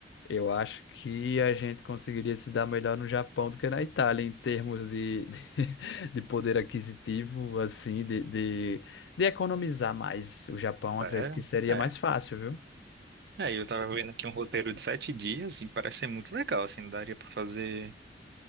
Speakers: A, on the left; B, on the right.
A: Eu acho que a gente conseguiria se dar melhor no Japão do que na Itália, em termos de, <laughs> de, poder aquisitivo, assim, de, de, de economizar mais. O Japão,
B: É,
A: acredito que seria
B: é.
A: mais fácil, viu?
B: É, eu tava vendo aqui um roteiro de sete dias e parece ser muito legal, assim, daria pra fazer